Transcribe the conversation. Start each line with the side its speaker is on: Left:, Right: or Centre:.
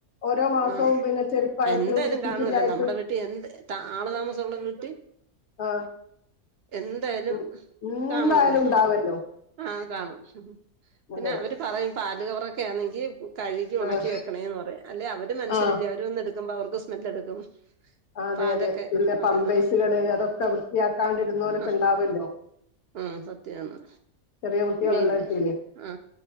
Left: ഓരോ മാസവും
Right: ആ
Left: പിന്നെ ചെരുപ്പായിട്ടും
Right: എന്തായലും
Left: കുപ്പിച്ചില്ലായിട്ടും
Right: കാണുവല്ലോ നമ്മുടെ വീട്ടി എന്ത് ആള് താമസം ഒള്ള വീട്ടി
Left: ആ
Right: എന്തായാലും
Left: എന്തായാലും
Right: കാണുവല്ലേ
Left: ഉണ്ടാവല്ലോ
Right: ആ കാണും. പിന്നെ
Left: അതെ
Right: അവര് പറയും പാല് കവറൊക്കെ ആന്നെങ്കി കഴുകി ഒണക്കി
Left: ആഹ്
Right: വെക്കണേന്ന് പറയും. അല്ലെ അവര് മനുഷ്യരല്ലേ
Left: ആഹ്
Right: അവര് വന്നെടുക്കുമ്പോ അവർക്ക് സ്മെല്ലെടുക്കും.
Left: അതെ
Right: പാലോക്കെ
Left: അതെ പിന്നെ
Right: അതെ
Left: പമ്പേഴ്സുകള്
Right: ന്ന
Left: അതൊക്കെ വൃത്തിയാക്കാണ്ടിരുന്നോലൊക്കെ
Right: ആ
Left: ഉണ്ടാവല്ലോ
Right: ആ സത്യാന്ന്
Left: ചെറിയ കുട്ടികളുള്ള
Right: മീൻ
Left: ഇടത്തില്
Right: ആ